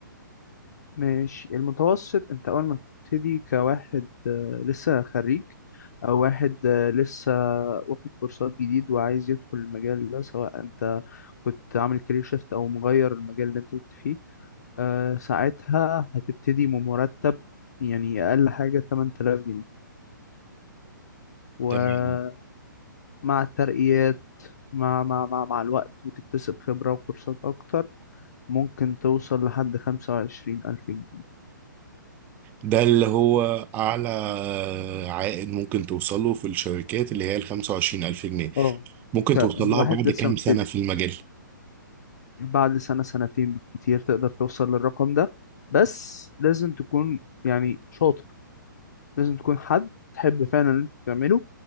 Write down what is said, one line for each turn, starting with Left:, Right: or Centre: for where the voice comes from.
Left: ماشي المتوسط انت اول ما بتبتدي كواحد آه، لسه خريج او واحد آه، لسه واخد كورسات جديد وعايز يدخل المجال ده سواء انت كنت عامل كارير شيفت او مغير المجال اللي انت كنت فيه آه، ساعتها هتبتدي بمرتب يعني اقل حاجة 8000 جنيه ومع
Right: تمام
Left: الترقيات مع مع مع مع الوقت وتكتسب خبرة وكورسات أكتر ممكن توصل لحد خمسة وعشرين ألف جنيه
Right: ده اللي هو أعلى عائد ممكن توصله في الشركات اللي هي ال 25000 جنيه
Left: اه
Right: ممكن
Left: كواحد
Right: توصل لها بعد
Left: لسه
Right: كام
Left: مبتدي
Right: سنة في المجال
Left: بعد سنة سنتين بالكتير تقدر توصل للرقم ده بس لازم تكون يعني شاطر لازم تكون حد تحب فعلا اللي انت بتعمله